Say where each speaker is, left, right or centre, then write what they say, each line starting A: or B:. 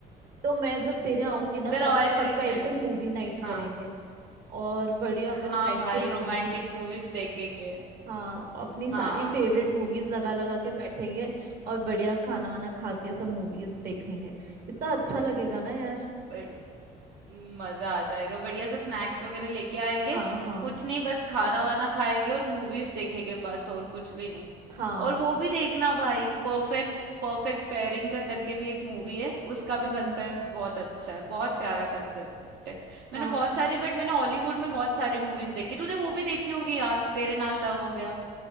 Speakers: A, on the right; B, on the right.
A: तो मैं जब तेरे आऊंगी ना तो
B: The royal
A: अपन
B: treatment
A: पक्का एक दिन
B: है
A: मूवी नाइट
B: हाँ
A: करेंगे और बढ़िया अपन
B: हाँ
A: बैठ
B: भाई
A: के मूवी
B: रोमांटिक
A: देखेंगे
B: मूवीज देखेंगे
A: हाँ अपनी सारी
B: हाँ
A: फेवरेट मूवीज लगा लगा के बैठेंगे और बढ़िया खाना वाना खा के सब मूवीज देखेंगे कितना अच्छा लगेगा ना यार
B: बड़ी मजा आ जाएगा बढ़िया से स्नैक्स वगैरह लेके आएंगे
A: हाँ हाँ
B: कुछ नहीं बस खाना वाना खाएंगे और मूवीज देखेंगे बस और कुछ भी नहीं
A: हाँ
B: और वो भी देखना भाई परफेक्ट परफेक्ट पेयरिंग करके भी एक मूवी है उसका
A: हम्म
B: भी कंसेप्ट
A: हम्म
B: बहुत अच्छा है बहुत प्यारा कंसेप्ट है
A: हाँ
B: मैंने बहुत सारी बट मैंने हॉलीवुड में बहुत सारी मूवीज देखी तूने वो भी देखी होगी यार तेरे नाल लव हो गया